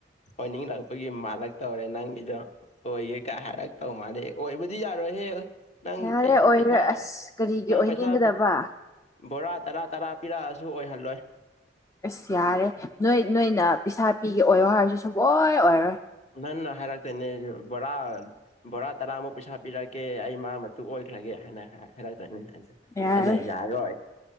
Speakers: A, on the left; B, on the left.
A: ꯑꯣꯏꯅꯤꯡꯔꯛꯄꯒꯤ ꯃꯥꯜꯂꯛꯇꯧꯔꯦ ꯅꯪꯒꯤꯗꯣ ꯑꯣꯏꯒꯦ ꯀꯥꯏ ꯍꯥꯏꯔꯛꯇꯧ ꯃꯥꯥꯟꯅꯦ ꯑꯣꯏꯕꯗꯤ ꯌꯥꯔꯣꯏ ꯍꯦ ꯅꯪ
B: ꯌꯥꯔꯦ
A: ꯄꯩ
B: ꯑꯣꯏꯔꯦ
A: ꯄꯩꯁꯥ
B: ꯑꯁ ꯀꯔꯤꯒꯤ
A: ꯅꯪ
B: ꯑꯣꯏꯅꯤꯡꯒꯗꯕ
A: ꯄꯩꯁꯥ ꯕꯣꯔꯥ ꯇꯔꯥ ꯇꯔꯥ ꯄꯤꯔꯛꯑꯁꯨ ꯑꯣꯏꯍꯜꯂꯣꯏ
B: ꯑꯁ ꯌꯥꯔꯦ ꯅꯣꯏ ꯅꯣꯏꯅ ꯄꯩꯁꯥ ꯄꯤꯒꯦ ꯑꯣꯏꯌꯣ ꯍꯥꯏꯔꯁꯨ ꯁꯨꯡꯑꯣꯏ ꯑꯣꯏꯔꯣꯏ꯫
A: ꯅꯟꯅ ꯍꯥꯏꯔꯥꯛꯇꯣꯏꯅꯦ ꯑꯩꯖꯨ ꯕꯣꯔꯥ ꯕꯣꯔꯥ ꯇꯔꯥꯃꯨꯛ ꯄꯩꯁꯥ ꯄꯤꯔꯛꯀꯦ ꯑꯩ ꯃꯥ ꯃꯇꯨ ꯑꯣꯏꯈ꯭ꯔꯒꯦ ꯍꯥꯏꯅ ꯍꯥꯏꯔꯛꯇꯣꯏꯅꯤ ꯑꯗ
B: ꯌꯥꯔꯦ
A: ꯑꯩꯅ ꯌꯥꯔꯣꯏ